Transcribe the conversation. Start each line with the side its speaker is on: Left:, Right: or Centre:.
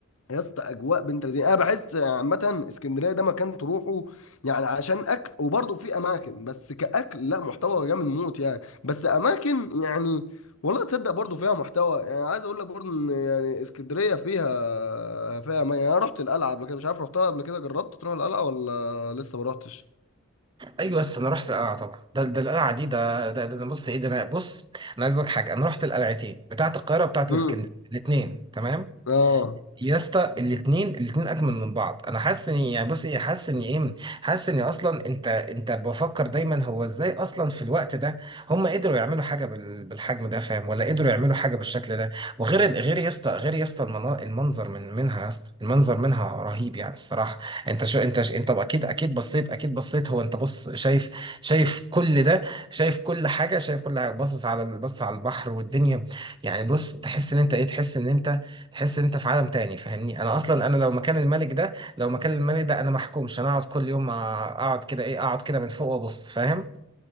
Left: يا اسطى اجواء بنت لذينه انا بحس عامه اسكندريه ده مكان تروحه يعني عشان اكل وبرضه في اماكن بس كاكل لا محتوى جامد موت يعني بس اماكن يعني والله تصدق برضه فيها محتوى يعني عايز اقول لك برضه ان يعني اسكندريه فيها فيها أماكن. يعني انا رحت القلعه قبل كده مش عارف رحتها قبل كده جربت تروح القلعه ولا لسه ما رحتش
Right: ايوه بس انا رحت القلعه طبعا ده ده القلعه دي ده ده, ده, ده بص ايه ده انا بص انا عايز اقول لك حاجه انا رحت القلعتين بتاعه القاهره وبتاعه
Left: امم
Right: الاسكندريه الاثنين تمام
Left: اه
Right: يا اسطى الاثنين الاثنين اجمل من بعض انا حاسس ان يعني بص ايه حاسس ان ايه حاسس ان اصلا انت انت بفكر دايما هو ازاي اصلا في الوقت ده هم قدروا يعملوا حاجه بال- بالحجم ده فاهم ولا قدروا يعملوا حاجه بالشكل ده وغير ال- غير يا اسطى غير يا اسطى المنا- المنظر من منها يا اسطى المنظر منها رهيب يعني الصراحه انت شو انت ش- انت اكيد اكيد بصيت اكيد بصيت هو انت بص شايف شايف كل ده شايف كل حاجه شايف كل حاجه باصص على ال- بص على البحر والدنيا يعني بص تحس ان انت ايه تحس ان انت تحس ان انت في عالم تاني فاهمني انا اصلا انا لو مكان الملك ده لو مكان الملك ده انا محكومش انا اقعد كل يوم اقعد كده ايه اقعد كده من فوق وابص فاهم